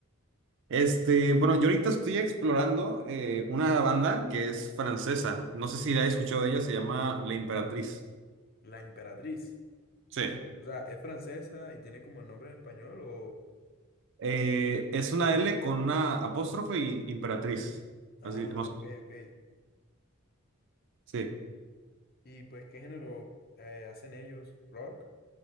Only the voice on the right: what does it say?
Este, bueno, yo ahorita estoy explorando eh, una banda que es francesa, no sé si la he escuchado de ella, se llama La Imperatriz.
Sí.
Eh, es una L con una apóstrofe y imperatriz.
Así, más.
Sí.